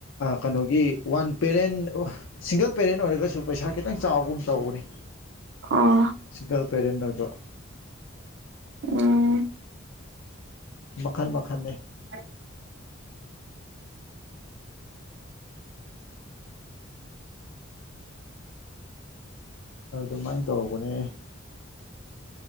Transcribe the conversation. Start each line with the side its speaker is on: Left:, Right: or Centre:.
Left: ꯀꯩꯅꯣꯒꯤ ꯋꯥꯟ ꯄꯦꯔꯦꯟ ꯁꯤꯡꯒꯜ ꯄꯦꯔꯦꯟ ꯑꯣꯏꯔꯒꯁꯨ ꯄꯩꯁꯥ ꯈꯤꯇꯪ ꯆꯥꯎꯕꯒꯨꯝ ꯇꯧꯕꯅꯦ
Right: ꯑꯣ
Left: ꯁꯤꯡꯒꯜ ꯄꯦꯔꯦꯟ ꯑꯣꯏꯕ
Right: ꯎꯝ
Left: ꯃꯈꯟ ꯃꯈꯜꯅꯤ
Right: ꯎ
Left: ꯑꯗꯨꯃꯥꯏꯅ ꯇꯧꯕꯅꯦ